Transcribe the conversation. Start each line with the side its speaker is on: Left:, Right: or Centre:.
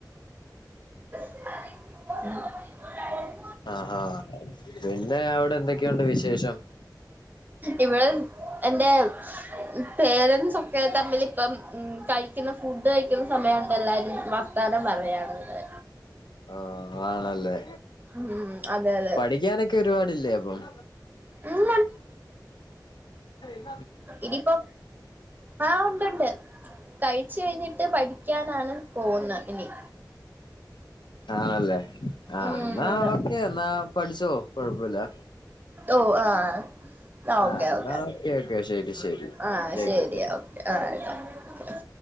Right: ഉ
Left: ആഹ് ആഹ് പിന്നെ അവിടെ എന്തൊക്കെയുണ്ട് വിശേഷം
Right: ഇവിടെ എന്റെ പേരന്റസ് ഒക്കെ തമ്മിൽ ഇപ്പം കഴിക്കുന്ന ഫുഡ് കഴിക്കുന്ന സമയണ്ട് എല്ലാരും വർത്താനം പറയാണ് ഇവിടെ
Left: ആഹ് ആണല്ലേ
Right: ഉം അതെ അതെ
Left: പഠിക്കാനൊക്കെ ഒരുപാടില്ലേ അപ്പം
Right: ഉം
Left: അ
Right: ഇനി ഇപ്പോ ആഹ് ഉണ്ട് ഉണ്ട് കഴിച്ച് കഴിഞ്ഞിട്ട് പഠിക്കാനാണ് പോകുന്നെ ഇനി
Left: ആണല്ലേ ആഹ്
Right: ഉം
Left: എന്നാ
Right: അതെ
Left: ഓക്കെ എന്നാ പഠിച്ചോ കൊഴപ്പില്ല
Right: ഓ ആഹ് ആ ഓക്കെ
Left: ആഹ് എന്നാ
Right: ഓക്കേ
Left: ഓക്കെ ഓക്കെ ശരി ശരി
Right: ആഹ്
Left: താങ്ക്
Right: ശരിയാ
Left: യു താങ്ക് യു
Right: ഓക്കേ ആട്ടോ